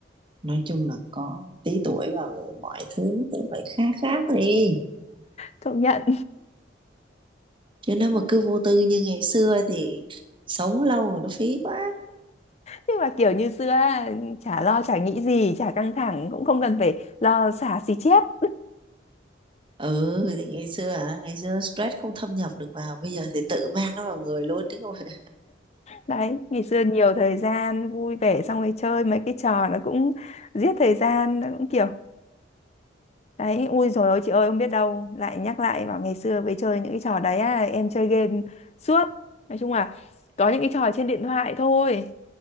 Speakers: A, on the right; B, on the left.
A: nói chung là có tí tuổi và mọi thứ nó cũng phải khác khác đi
B: Công nhận.
A: chứ nếu mà
B: <laughs>
A: cứ vô tư như ngày xưa thì sống lâu rồi nó phí quá
B: Nhưng mà kiểu như xưa á, chả lo chả nghĩ gì, chả căng thẳng cũng không cần phải lo xả xì chét. <laughs>
A: ừ thì ngày xưa hả ngày xưa stress không thâm nhập được vào bây giờ thì tự mang nó vào người luôn chứ không phải
B: Đấy, ngày xưa nhiều thời gian vui vẻ xong rồi chơi mấy cái trò nó cũng giết thời gian nó cũng kiểu Đấy, ui dồi ôi chị ơi không biết đâu Lại nhắc lại bảo ngày xưa với chơi những cái trò đấy á, Em chơi game suốt Nói chung là có những cái trò trên điện thoại thôi